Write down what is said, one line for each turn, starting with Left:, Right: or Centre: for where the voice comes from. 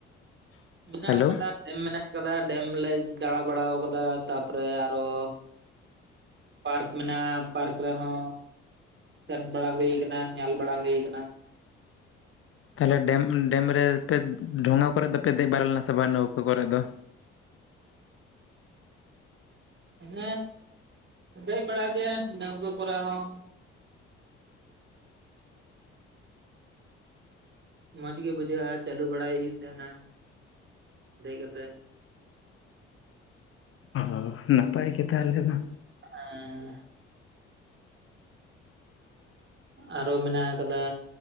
Right: ᱢᱮᱱᱟᱜ
Left: ᱦᱮᱞᱳ
Right: ᱟᱠᱟᱫᱟ ᱰᱮᱢ ᱢᱮᱱᱟᱜ ᱟᱠᱟᱫᱟ ᱰᱮᱢ ᱞᱮ ᱫᱟᱬᱟ ᱵᱟᱲᱟ ᱟᱠᱟᱫᱟ ᱛᱟᱯᱚᱨᱮ ᱟᱨᱚ ᱯᱟᱨᱠ ᱢᱮᱱᱟᱜᱼᱟ ᱯᱟᱨᱠ ᱨᱮᱦᱚᱸ ᱥᱮᱱ ᱵᱟᱲᱟ ᱦᱩᱭ ᱟᱠᱟᱱᱟ ᱧᱮᱞ ᱵᱟᱲᱟ ᱦᱩᱭ ᱟᱠᱟᱱᱟ᱾
Left: ᱛᱟᱦᱚᱞᱮ ᱰᱮᱢ, ᱰᱮᱢ ᱨᱮᱯᱮ ᱰᱷᱚᱸᱜᱟ ᱠᱚᱨᱮ ᱫᱚᱯᱮ ᱫᱮᱡ ᱵᱟᱲᱟ ᱞᱮᱱᱟ ᱥᱮᱵᱟᱝ ᱱᱟᱹᱣᱠᱚ ᱠᱚᱨᱮ ᱫᱚ
Right: ᱦᱮᱸ ᱫᱮᱡ ᱵᱟᱲᱟᱜ ᱜᱮ ᱱᱟᱹᱣᱠᱟᱹ ᱠᱚᱨᱮ ᱦᱚᱸ ᱢᱚᱸᱡᱽ ᱜᱮ ᱵᱩᱡᱷᱟᱹᱜᱼᱟ ᱪᱟᱹᱞᱩ ᱵᱟᱲᱟᱭ ᱦᱩᱭᱩᱜ ᱛᱟᱦᱮᱱᱟ ᱫᱮᱡ ᱠᱟᱛᱮᱜ
Left: ᱚ ᱱᱟᱯᱟᱭ ᱜᱮ ᱛᱟᱦᱚᱞᱮ ᱢᱟ
Right: ᱦᱮᱸ ᱟᱨᱚ ᱢᱮᱱᱟᱜ ᱟᱠᱟᱫᱟ